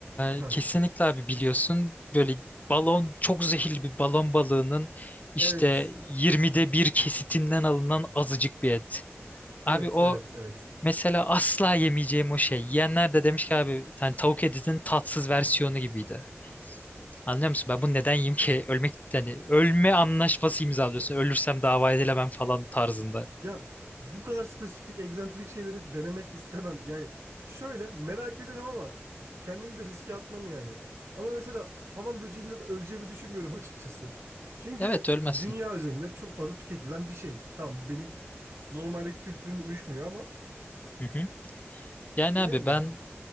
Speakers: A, on the right; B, on the left.
A: Heh.
B: Ee, kesinlikle abi biliyorsun böyle balon çok zehirli bir balon balığının işte
A: Evet.
B: 20'de bir kesitinden alınan azıcık bir et. Abi
A: Evet,
B: o
A: evet, evet.
B: Mesela asla yemeyeceğim o şey. Yiyenler de demiş ki abi hani tavuk etinin tatsız versiyonu gibiydi. Anlıyor musun? Ben bunu neden yiyeyim ki? Ölmek yani ölme anlaşması imzalıyorsun. Ölürsem dava edilemem falan tarzında.
A: Ya bu kadar spesifik, egzantrik şeyleri denemek istemem. Yani şöyle merak ederim ama kendimi de riske atmam yani. Ama mesela hamam böceğinde de öleceğimi düşünmüyorum açıkçası. Çünkü
B: Evet ölmezsin.
A: dünya üzerinde çok fazla tüketilen bir şey. Tamam benim normaldeki kültürüm uyuşmuyor ama
B: Hı hı. Yani
A: denerim
B: abi ben
A: ya.